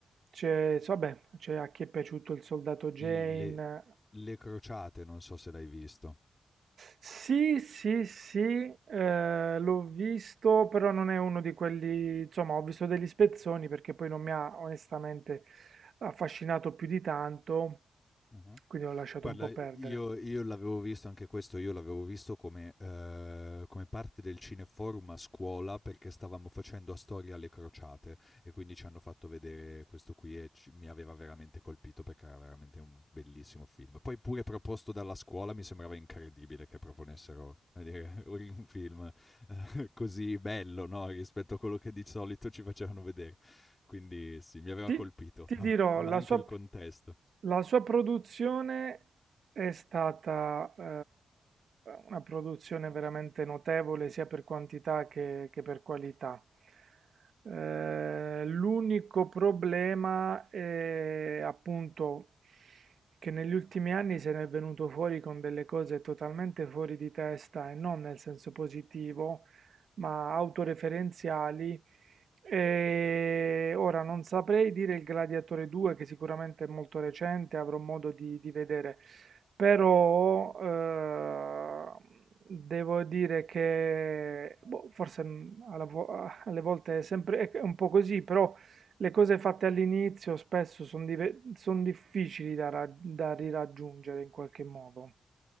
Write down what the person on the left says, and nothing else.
Le, le crociate, non so se l'hai visto.
Mm-hmm.
Guarda,
io io l'avevo visto anche questo, io l'avevo visto come ehm, come parte del cineforum a scuola, perché stavamo facendo a storia alle crociate e quindi ci hanno fatto vedere questo qui e ci mi aveva veramente colpito perché era veramente un bellissimo film. Poi pure proposto dalla scuola mi sembrava incredibile che proponessero, come dire, <laughs> un film così bello, no, rispetto a quello che di solito ci facevano vedere. Quindi sì, mi aveva
colpito,
ma
ma
anche
il contesto.